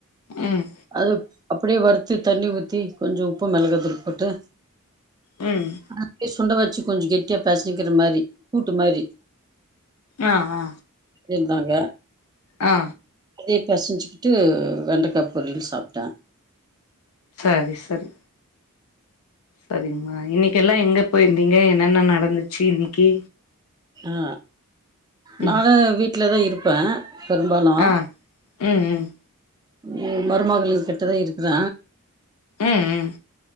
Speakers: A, on the left; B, on the right.
A: ம்
B: அது அப்டியே வறுத்து தண்ணி ஊத்தி கொஞ்சு உப்பு மௌகாதூள் போட்டு
A: ம்
B: அத அப்டியே சுண்ட வச்சு கொஞ்ச கெட்டியா பெசஞ்சிகிற மாரி கூட்டு மாரி
A: ஆ ஆ
B: இந்தாங்க
A: ஆ
B: அதயே பெசஞ்சுக்கிட்டு வெண்டக்கா பொரியல் சாப்ட்டே
A: சரி சரி சரிங்மா இன்னிக்கி எல்லா எங்கே போயிருந்தீங்க என்னென்ன நடந்துச்சு இன்னிக்கி
B: ஆ
A: ம்
B: நானு வீட்லதா இருப்பே பெரும்பாலு
A: ஆ ம் ம்
B: ம் மருமகளுங்க கிட்டதா இருக்குற
A: ம் ம்